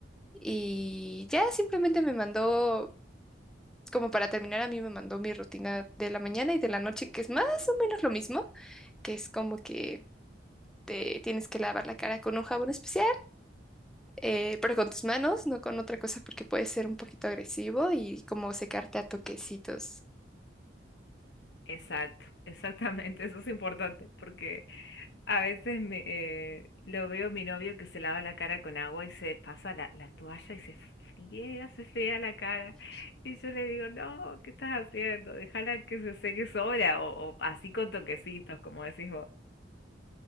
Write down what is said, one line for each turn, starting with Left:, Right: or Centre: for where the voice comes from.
Centre: y ya simplemente me mandó, como para terminar, a mí me mandó mi rutina de la mañana y de la noche, que es más o menos lo mismo, que es como que... Te tienes que lavar la cara con un jabón especial, eh, pero con tus manos, no con otra cosa porque puede ser un poquito agresivo y como secarte a toquecitos.
Left: exacto, <laughs> exactamente. Eso es importante porque a veces me, eh, lo veo a mi novio que se lava la cara con agua y se pasa la, la toalla y se friega, se friega la cara. Y yo le digo, no, ¿qué estás haciendo? Déjala que se seque sola o, o así con toquecitos, como decís